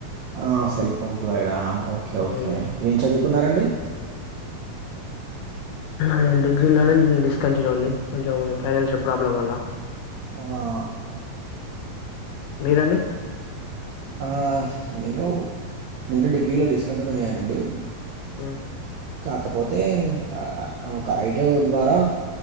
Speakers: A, on the right; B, on the left.
A: ఆ సెల్ఫ్ ఎంప్లాయిడా ఓకే
B: మ్మ్.
A: ఓకే ఏం చదువుకున్నారండి
B: నేను డిగ్రీలోనే డిస్క్ కంటిన్యూ అండి కొంచెం ఫైనాన్షియల్ ప్రాబ్లం వల్ల
A: ఆహా
B: మీరండి
A: హా నేను నేను డిగ్రీలో డిస్కాంటిన్యూ అయ్యానండి
B: ఉం
A: కాకపోతే ఆ ఒక ఐడియా ద్వారా